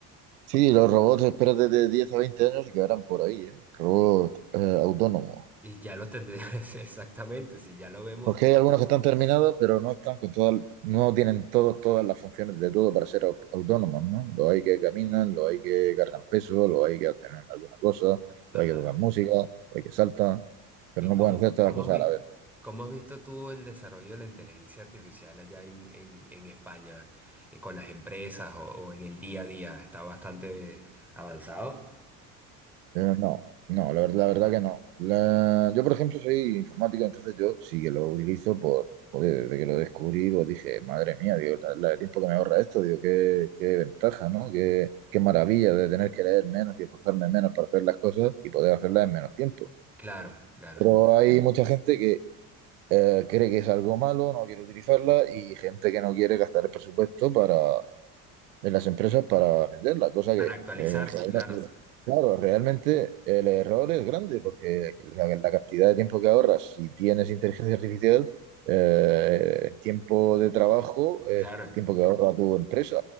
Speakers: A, on the right (about 80°); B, in the centre.
A: Sí, los robots, espérate de 10 a 20 años y quedarán por ahí, ¿eh? Robots eh, autónomos.
B: Y ya lo tendrías <laughs> exactamente, si ya lo vemos.
A: Porque hay algunos que están terminados, pero no están con todas, no tienen todos, todas las funciones de todo para ser au- autónomos, ¿no? Los hay que caminan, los hay que cargan peso, los hay que hacen alguna cosa,
B: Ajá.
A: los hay que tocar música, los hay que saltan, pero
B: ¿Y
A: no
B: cómo,
A: pueden hacer todas
B: cómo
A: las cosas
B: has visto,
A: a la vez.
B: cómo has visto tú el desarrollo de la inteligencia artificial allá en, en, en España, eh, con las empresas o, o en el día a día? ¿Está bastante avanzado?
A: Pero no, no, la, ver- la verdad que no. La- yo, por ejemplo, soy informático, entonces yo sí que lo utilizo por, joder, desde que lo descubrí, pues dije, madre mía, digo, la, la- el tiempo que me ahorra esto, digo, qué, qué ventaja, ¿no? Qué, qué maravilla de tener que leer menos y esforzarme menos para hacer las cosas y poder hacerlas en menos tiempo.
B: Claro, claro.
A: Pero hay mucha gente que eh, cree que es algo malo, no quiere utilizarla y gente que no quiere gastar el presupuesto para de las empresas para venderla, cosa
B: Para
A: que,
B: actualizarse,
A: eh, realme-
B: claro.
A: claro, realmente el error es grande porque la, la cantidad de tiempo que ahorras si tienes inteligencia artificial, eh, el tiempo de trabajo es
B: Claro.
A: tiempo que ahorra tu empresa.